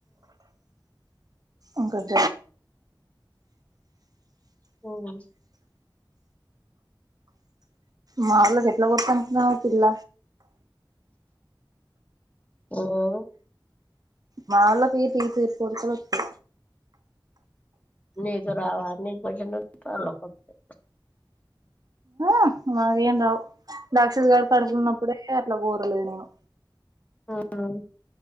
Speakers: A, on the right; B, on the left.
A: ఇంకా <inaudible>
B: ఉమ్
A: మా ఊర్లోకెట్ల పోతదనుకున్నవు ఆ పిల్ల
B: హూమ్
A: మా వొళ్ళకి తీ <unintelligible> కోరిక లొత్తై
B: నీకురావ నీకు పుట్టినందుకు ఆల్లకొత్తై
A: అహ్హ ఏం రావు దక్షిత్ గాడు కడుపులో ఉన్నప్పుడే అట్లా కోరలేదు నేను
B: ఊమ్